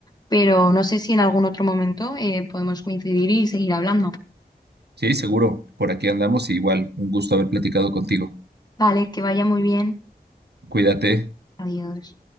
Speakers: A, on the left; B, on the right.
A: pero no sé si en algún otro momento eh, podemos coincidir y seguir hablando.
B: Sí, seguro. Por aquí andamos y igual, un gusto haber platicado contigo.
A: Vale, que vaya muy bien.
B: Cuídate.
A: Adiós.